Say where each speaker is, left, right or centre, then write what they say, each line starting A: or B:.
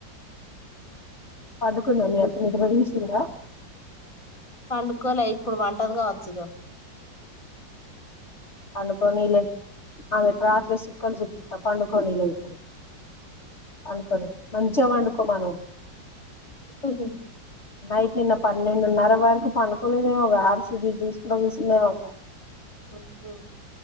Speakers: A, on the left; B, on the left.
A: పడుకున్నాను అక్క నిదిర వషింద
B: పండుకోవలే ఇప్పుడు వంటది కావ చ్చగా
A: అన్నుకోనిలే ఆమెే రాత్రి సిక్కం జిప్ప తప్ప పండుకని లే ఇప్పుడు పండుకొని మంచిగా పండుకో మనం
B: హు హు
A: నైట్ నిన్న పన్నెండున్నర వరకు పండుకోలేదేమో ఆర్సిబి తీసుకు వసిందేమో ఒక
B: అబ్బో